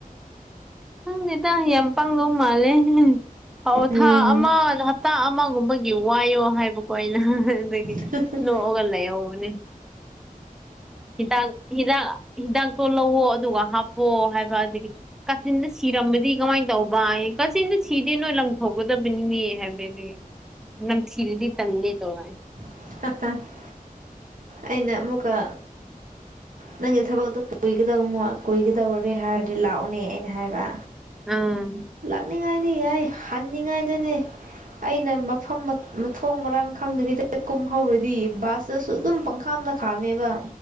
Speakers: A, in the centre; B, on the right.
A: ꯈꯪꯗꯦꯗ ꯌꯥꯝ ꯄꯪꯗꯧ ꯃꯥꯜꯂꯦ ꯑꯣ
B: ꯎꯝ
A: ꯊꯥ ꯑꯃ ꯍꯞꯇꯥ ꯑꯃꯒꯨꯝꯕ ꯒꯤ ꯋꯥꯏꯌꯣ ꯍꯥꯏꯕꯀꯣ ꯑꯩꯅ ꯑꯗꯒꯤ
B: <unintelligible>
A: ꯅꯣꯛꯑꯒ ꯂꯩꯍꯧꯕꯅꯦ ꯍꯤꯗꯥꯛ ꯍꯤꯗꯥꯛ ꯍꯤꯗꯥꯛꯇꯣ ꯂꯧꯋꯣ ꯑꯗꯨꯒ ꯍꯥꯞꯄꯣ ꯍꯥꯏꯕ ꯑꯗꯒꯤ ꯀꯥꯆꯤꯟꯗ ꯁꯤꯔꯝꯕꯗꯤ ꯀꯃꯥꯏꯟ ꯇꯧꯕ ꯑꯌꯦ ꯀꯥꯆꯤꯟꯗ ꯁꯤꯗꯦ ꯅꯣꯏ ꯂꯪꯊꯣꯛꯒꯗꯕꯅꯤꯅꯦ ꯍꯥꯏꯕ <unintelligible> ꯅꯝꯊꯤꯔꯗꯤ ꯇꯜꯂꯦ ꯇꯧꯋꯥꯏ
B: <unintelligible> ꯑꯩꯅ ꯑꯃꯨꯛꯀ ꯅꯪꯒꯤ ꯊꯕꯛꯇꯣ ꯀꯨꯏꯒꯗꯧ ꯀꯨꯏꯒꯗꯧꯔꯦ ꯍꯥꯏꯔꯗꯤ ꯂꯥꯛꯑꯣꯅꯦ ꯑꯩꯅ ꯍꯥꯏꯕ
A: ꯎꯝ
B: ꯂꯥꯛꯅꯤꯡꯉꯥꯏꯗꯤ ꯌꯥꯏ ꯍꯟꯅꯤꯡꯉꯥꯏꯗꯨꯅꯦ ꯑꯩꯅ ꯃꯐꯝ ꯃ ꯃꯊꯣꯡ ꯃꯔꯥꯡ ꯈꯪꯗꯕꯤꯗ ꯀꯨꯝꯍꯧꯔꯗꯤ ꯕꯥꯁꯇꯨꯁꯨ ꯑꯗꯨꯝ ꯄꯪꯈꯥꯝꯗ ꯈꯥꯝꯃꯦꯕ